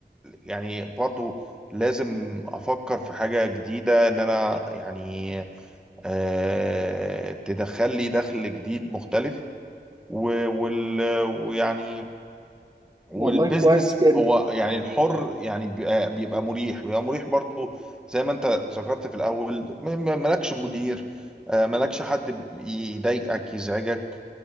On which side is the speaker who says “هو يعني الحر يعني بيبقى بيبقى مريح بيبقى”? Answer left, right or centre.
Centre